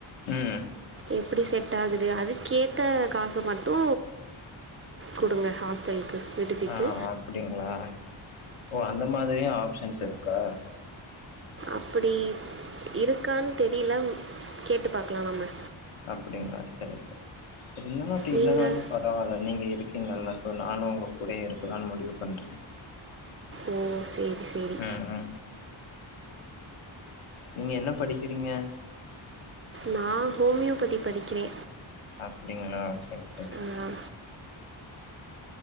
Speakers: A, on the left; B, on the right.
A: ம்
B: எப் பிடி செட் ஆகுது அதுக்கேத்த காச மட்டு குடுங்க ஹாஸ்டலுக்கு வீடுதிக்கு
A: ஆ அப்டிங்களா ஓ அந்த மாதிரியு ஆப்ஷன்ஸ் இருக்கா
B: அப்டி இருக்கானு தெரில கேட்டு பாக்கலா நம்ம
A: அப்படிங்களா சேரி சேரி இருந்தாலு அப்டி
B: நீங்கள்
A: இல்லனாலு ப பரவால்ல நீங்க இருக்கீங்களல்ல ஸோ நானு உங்க கூட இருக்கலான்னு முடிவு பண்ணிடே
B: ஓ சேரி சேரி
A: ம் ம் நீங்க என்ன படிக்கிறீங்க
B: நா ஹோமியோபதி படிக்கிறே
A: அப்டிங்களா சேரி சேரி
B: ஆ